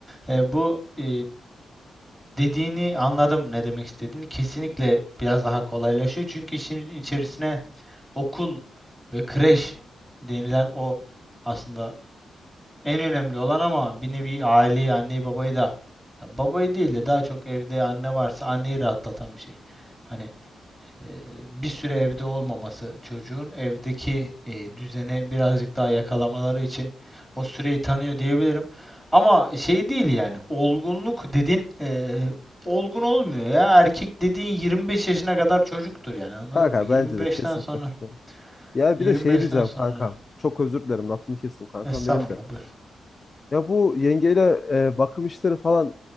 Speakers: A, in the centre; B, on the left.
A: e, bu e, dediğini anladım ne demek istediğini. Kesinlikle biraz daha kolaylaşıyor. Çünkü işin içerisine okul ve kreş denilen o aslında en önemli olan ama bir nevi aileyi, anneyi, babayı da ya babayı değil de daha çok evde anne varsa anneyi rahatlatan bir şey. Hani e, bir süre evde olmaması çocuğun evdeki e, düzene birazcık daha yakalamaları için o süreyi tanıyor diyebilirim. Ama şey değil yani olgunluk dedin e, olgun olmuyor ya. Erkek dediğin 25 yaşına kadar çocuktur yani anladın
B: kanka
A: mı? 25'ten
B: bence de kesinlikle.
A: sonra
B: katılıyorum. Ya
A: 25'ten
B: bir de şey diyeceğim
A: sonra
B: kankam. Çok özür dilerim lafını kestim kankam
A: estağfurullah
B: benim de.
A: buyur.
B: Ya bu yengeyle e, bakım işleri falan